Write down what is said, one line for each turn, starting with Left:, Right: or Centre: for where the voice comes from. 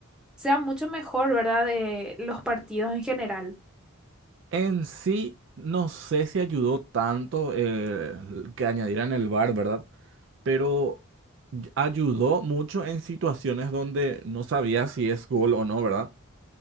Centre: sea mucho mejor, ¿verdad? De los partidos en general.
Right: En sí, no sé si ayudó tanto eh, que añadieran el VAR, ¿verdad? Pero y- ayudó mucho en situaciones donde no sabía si es gol o no, ¿verdad?